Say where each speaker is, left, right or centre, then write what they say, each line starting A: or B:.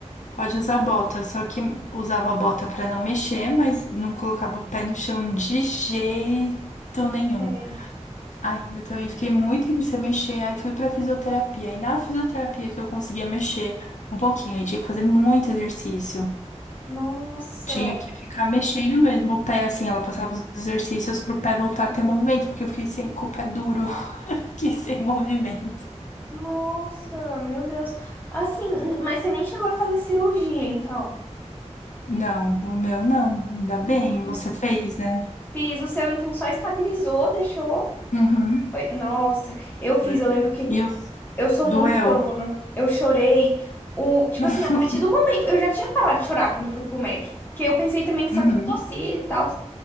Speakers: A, on the left (about 80°); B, on the left (about 15°).
A: Pode usar bota, só que usava a bota pra não mexer, mas não colocava o pé no chão de jeito nenhum.
B: Sei.
A: Ai, eu também fiquei muito tempo sem mexer, aí fui pra fisioterapia. E na fisioterapia que eu conseguia mexer um pouquinho, aí tinha que fazer muito exercício.
B: Nossa.
A: Tinha que ficar mexendo mesmo o pé, assim, ela passava os exercícios pro pé voltar a ter movimento, porque eu fiquei sem, com o pé duro, <laughs> fiquei sem movimento.
B: Nossa, meu Deus. Assim, mas você nem chegou a fazer cirurgia, então.
A: Não, o meu não, ainda
B: Nossa.
A: bem, você fez, né?
B: Fiz o seu, então só estabilizou, deixou.
A: Uhum.
B: Foi- Nossa, eu fiz,
A: Foi.
B: eu lembro que
A: E eu...
B: eu sou
A: doeu?
B: muito chorona. Eu chorei. O, tipo
A: <laughs>
B: assim, a partir do momento, eu já tinha parado de chorar quando eu fui pro médico. Porque eu pensei também que só
A: Uhum.
B: tinha tossido e tal.